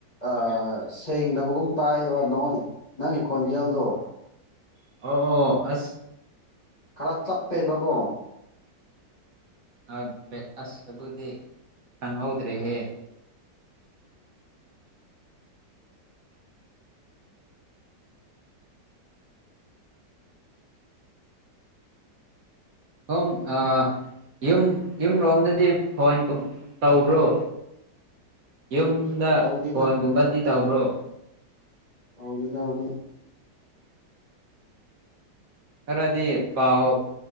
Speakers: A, on the left (about 30°); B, on the right (about 60°).
A: ꯑꯥ ꯁꯦꯡꯗꯕꯒꯨꯝ ꯇꯥꯏꯌꯦꯕ ꯅꯣꯏ ꯅꯪꯒꯤ ꯈꯣꯟꯖꯦꯜꯗꯣ
B: ꯑꯧ ꯑꯣ ꯑꯁ
A: ꯈꯔ ꯆꯞꯄꯦꯕꯀꯣ
B: ꯑꯥ ꯕꯦꯛ ꯑꯁ ꯑꯗꯨꯗꯤ ꯈꯪꯍꯧꯗ꯭ꯔꯦꯍꯦ ꯁꯣꯝ ꯑꯥ ꯌꯨꯝ ꯌꯨꯝ ꯔꯣꯝꯗꯗꯤ ꯐꯣꯟ ꯀꯨꯝ ꯇꯧꯕ꯭ꯔꯣ?
A: <inaudible>
B: ꯌꯨꯝꯗꯥ
A: ꯇꯧꯗꯦꯗ
B: ꯐꯣꯟ ꯒꯨꯝꯕꯗꯤ ꯇꯧꯕ꯭ꯔꯣ?
A: ꯇꯧꯗꯦꯗꯥ ꯃꯤꯠ
B: ꯈꯔꯗꯤ ꯄꯥꯎ